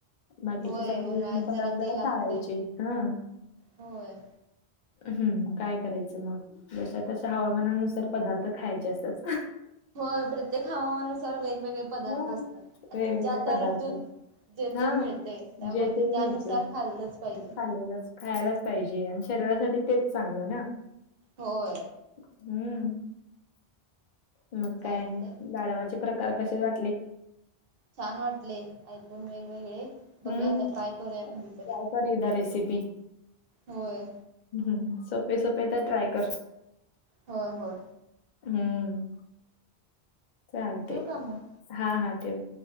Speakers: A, on the left; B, on the right.
A: बाकीचे
B: होय
A: सगळ,
B: उन्हाळ्यात
A: उष्ण पदार्थ
B: जरा ते लागते
A: टाळायचे हं.
B: होय.
A: हम्म काय करायचं मग, जशा, तशा हवा मानानुसार, पदार्थ खायचे असतात.
B: हो! प्रत्येक हवामानुसार वेगवेगळे पदार्थ
A: हो,
B: असतात. आणि
A: वेगवेगळे
B: ज्या, त्या
A: पदार्थ.
B: ऋतूत,.. जेथ
A: हां.
B: मिळते, त्यामुळे
A: जे
B: ते त्यानुसार
A: मिळते
B: खाल्लंच पाहिजे.
A: खाल्लेलंच खायलाच पाहिजे. आणि शरीरासाठी तेच चांगलं ना.
B: होय.
A: हम्म. मग
B: चालतंय
A: काय? लाडवाचे प्रकार कसे वाटले.
B: छान वाटले. ऐकून वेगवेगळे. बघूया
A: हम्म.
B: आता ट्राय करूया
A: ट्राय
B: कधीतरी
A: कर एकदा रेसिपी.
B: होय
A: हम्म सोपे, सोपे तर ट्राय कर.
B: होय हो.
A: हम्म. चालते.
B: ठेवू का मग?
A: हा, हा ठेव.